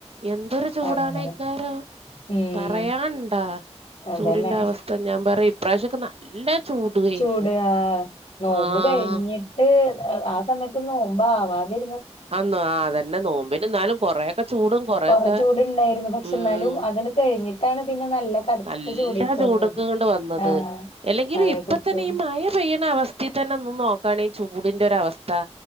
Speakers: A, on the right; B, on the left.
A: എന്തൊരു ചൂടാനെയേക്കാരം.
B: അങ്ങനെ ഉം
A: പറയാനണ്ടാ
B: അതന്നെ
A: ചൂടിന്റെ അവസ്ഥ ഞാൻ പറ ഇപ്രാവശ്യക്കെ നല്ല ചൂടുവായിരുന്നു
B: ചൂട് ആ നോമ്പ്
A: ആഹ്
B: കഴിഞ്ഞിട്ട് ആ സമയത്ത് നോമ്പ് ആവാതിെ
A: അന്നോ ആ അതന്നെ നോമ്പിൻ ന്നാലും കൊറേഒക്കേ ചൂടും കൊറേഒക്കെ
B: കൊറേ ചൂടുണ്ടായിരുന്നു പക്ഷെ
A: മ്
B: എന്നാലും
A: --
B: അതിന് കഴിഞ്ഞിട്ടാണ് പിന്നെ നല്ല കടുത്ത
A: നല്ല
B: ചൂടേക്ക്
A: ചൂട്ക്ക്‌ണ്ട്
B: വന്നത്
A: വന്നത്
B: ആഹ്
A: അല്ലെങ്കിലും
B: അതെ
A: ഇപ്പ
B: കുട്ടിക
A: തന്നെ ഈ മഴ പെയ്യണ അവസ്ഥ റ്റത്തി തന്നെ ഒന്നു നോക്കാണെ ഈ ചൂടിന്റെ ഒരവസ്ഥ.